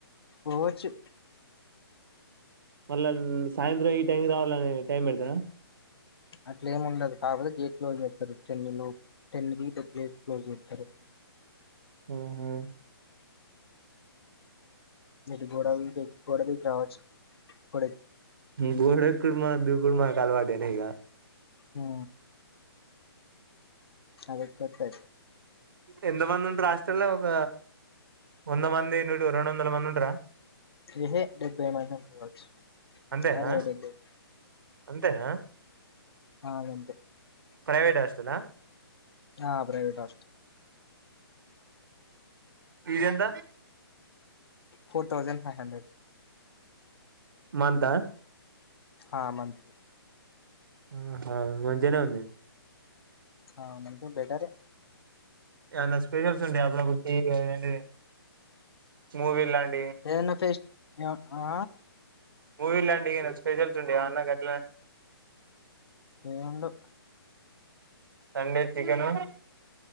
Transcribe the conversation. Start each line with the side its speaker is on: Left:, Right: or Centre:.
Left: పోవచ్చు
Right: మళ్ళా సాయంత్రం ఈ టైం రావాలని టైం పెడతారా
Left: అట్లే ఏమి ఉండదు కాకపోతే గేట్ క్లోజ్ చేస్తారు టెన్లో టెన్ కీ బజే క్లోజ జెస్తారు
Right: ఉహు
Left: ఇటు గోడ గోడ దూకి రావచ్చు గోడ
Right: గోడ ఎక్కుడు దికుడు మాకు కాల్వాటేనేగా
Left: హ అదే కొట్టాతే
Right: ఎంత మంది ఉంటారు హాస్టల్ లో ఒక వంద మంది నూటి ర రెండు వందల మంది ఉంటార
Left: ఏహ డెబ్బై మంది ఉండొచ్చు
Right: అంతేనా
Left: అరే డెబ్బై
Right: అంతేనా
Left: ఆ రెంట్
Right: ప్రైవేట్ హాస్టల్
Left: ఆ ప్రైవేట్ హాస్టల్
Right: ఫీస్ ఎంత
Left: four thousand five hundred
Right: month ఆ
Left: హా మంత్
Right: ఆహా మంచిగానే ఉంది
Left: ఆ మనకు బెటర్
Right: ఏన్న స్పెషల్స్ ఉంటే అప్పుడ బటింటి మూవీ లాంటి
Left: ఏమైనా ఫస్ట్ ఆ
Right: మూవీ ఇంటిడి స్పెషల్స్ ఉంటాయ అన్న కట్టలే
Left: ఏం ఉండవ్
Right: Sunday chicken